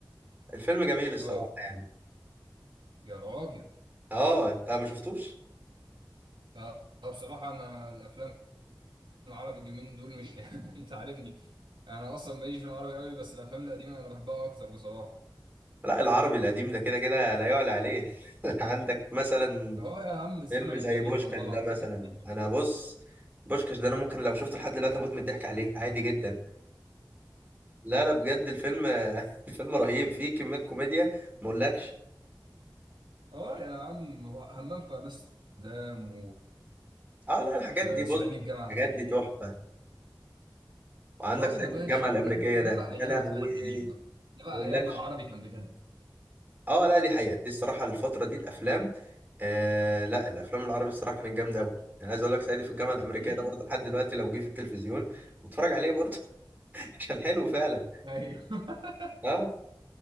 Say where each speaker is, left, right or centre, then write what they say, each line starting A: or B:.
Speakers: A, on the right; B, on the right.
A: الفيلم جميل الصراحة
B: اه
A: يعني
B: يا راجل
A: اه انت ما شفتوش
B: آه آه، بصراحه انا الافلام العربي اليومين دول مش <laughs> انت عارفني انا اصلا ماليش في العربي قوي بس الافلام القديمه انا بحبها اكتر بصراحه
A: لا العربي القديم ده كده كده لا يعلى عليه <laughs> عندك مثلا
B: اه يا عم الزمن
A: فيلم زي
B: الجميل
A: بوشكاش
B: والله العظيم
A: ده مثلا
B: <laughs>
A: انا بص بوشكاش ده انا ممكن لو شفته لحد دلوقتي اموت من الضحك عليه عادي جدا لا لا بجد الفيلم <laughs> الفيلم رهيب فيه كمية كوميديا ما اقولكش
B: اه يا عم هو همام في امستردام
A: اه لا الحاجات دي بص
B: وصعيدي في جامعه
A: الحاجات
B: امريكيه
A: دي تحفه وعندك
B: اه
A: صعيدي
B: يا باشا
A: في الجامعه الامريكيه
B: ده دي دي
A: ده
B: بقى
A: يا
B: ايام
A: لهوي
B: الزمن الجميل بقى ده بقى
A: ما اقولكش
B: ايام ما العربي كان بجد
A: اه لا دي حقيقه دي الصراحه الفتره دي الافلام آه لا الافلام العربي الصراحه كانت جامده قوي انا عايز اقول لك صعيدي في الجامعه الامريكيه
B: امم
A: ده برضه لحد دلوقتي لو جه في التلفزيون بتفرج عليه برضه <laughs> عشان حلو فعلا
B: ايوه <laughs>
A: اه